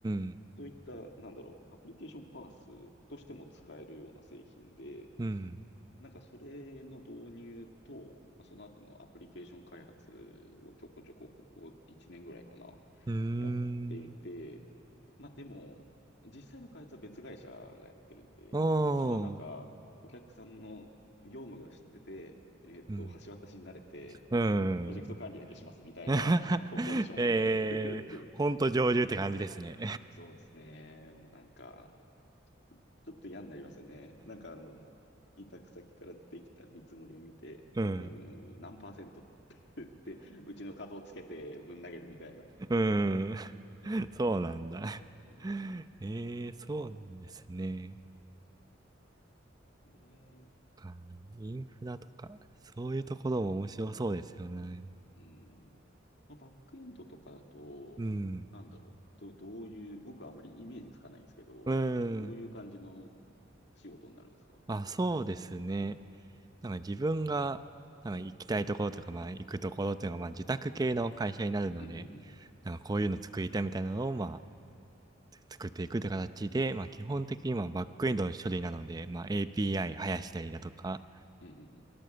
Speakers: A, on the right; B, on the left.
A: ん。
B: そういった、なんだろう、アプリケーションパースとしても使えるような製品で、
A: うん。
B: なんかそれの導入と、まあその後のアプリケーション開発をちょこちょこここ1年ぐらいかな、
A: うー
B: やっていて、
A: ん。
B: まあでも、実際の開発は別会社がやってるんで、
A: お
B: うちはなんかお客さんの業務が知ってて、
A: ー。
B: えーっと、
A: うん。
B: 橋渡しになれて、
A: うん。
B: プロジェクト管理だけしますみたいな、
A: <laughs>
B: トップポジションをやってるんですけど、
A: えー、ほんと上流って感じですね。
B: そうですね、もうなんか、ちょっと嫌になりますよね。なんかあの、委託先からできた見積もりを見て、
A: <laughs> うん。
B: うーん、何パーセント <laughs> ってうちの角をつけてぶん投げるみたいな。う
A: うん。<laughs> そうなんだ。
B: ん、
A: <laughs> ええそうなんですね。
B: ね
A: かインフラとか、そういうところも面白そうですよね。
B: え。うん。まあ、バックエンドとかだと、
A: うん。
B: なんだろう、ど、どういう、僕はあまりイメージつかないんですけど、
A: うん。
B: どういう感じの仕事になるんですか
A: あ、そうですね。なんか自分が、なんか行きたいところとか、まあ行くところっていうのが、まあ受託系の会社になるので、
B: うんうん
A: なんかこういうの作りたいみたいなのを、まあ、作っていくって形で、まあ基本的にまあバックエンドの処理なので、まあ API 生やしたりだとか、
B: うんうん。